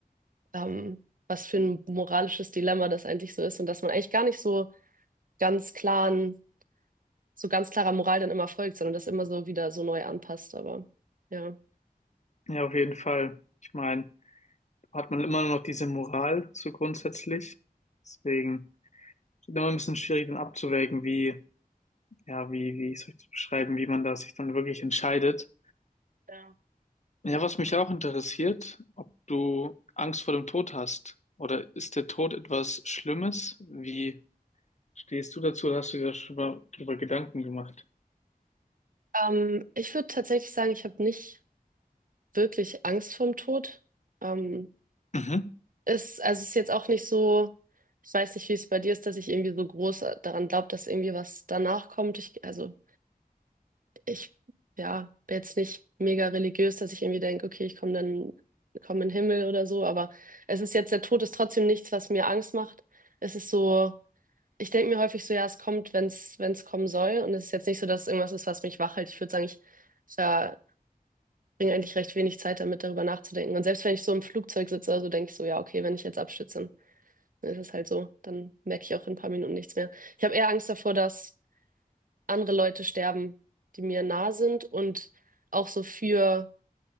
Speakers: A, on the right (about 60°); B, on the left (about 50°).
A: ähm, was für ein moralisches Dilemma das eigentlich so ist und dass man eigentlich gar nicht so ganz klaren, so ganz klarer Moral dann immer folgt, sondern das immer so wieder so neu anpasst. Aber ja.
B: Ja, auf jeden Fall. Ich meine, da hat man immer noch diese Moral, so grundsätzlich. Deswegen ist es immer ein bisschen schwierig, dann abzuwägen, wie, ja, wie, wie soll ich das beschreiben, wie man da sich dann wirklich entscheidet.
A: Ja.
B: Ja, was mich auch interessiert, ob du Angst vor dem Tod hast. Oder ist der Tod etwas Schlimmes? Wie stehst du dazu? Oder hast du dir darüber, darüber Gedanken gemacht?
A: Ähm, ich würde tatsächlich sagen, ich habe nicht wirklich Angst vorm Tod. Ähm,
B: Mhm.
A: es, also es ist jetzt auch nicht so, ich weiß nicht, wie es bei dir ist, dass ich irgendwie so groß daran glaube, dass irgendwie was danach kommt. Ich, also ich, ja, bin jetzt nicht mega religiös, dass ich irgendwie denke, okay, ich komme dann, komme in den Himmel oder so. Aber es ist jetzt, der Tod ist trotzdem nichts, was mir Angst macht. Es ist so ich denke mir häufig so, ja, es kommt, wenn es wenn es kommen soll. Und es ist jetzt nicht so, dass es irgendwas ist, was mich wach hält. Ich würde sagen, ich verbringe eigentlich recht wenig Zeit damit, darüber nachzudenken. Und selbst wenn ich so im Flugzeug sitze, also denke ich so, ja, okay, wenn ich jetzt abstütze, dann ist es halt so. Dann merke ich auch in ein paar Minuten nichts mehr. Ich habe eher Angst davor, dass andere Leute sterben, die mir nah sind und auch so für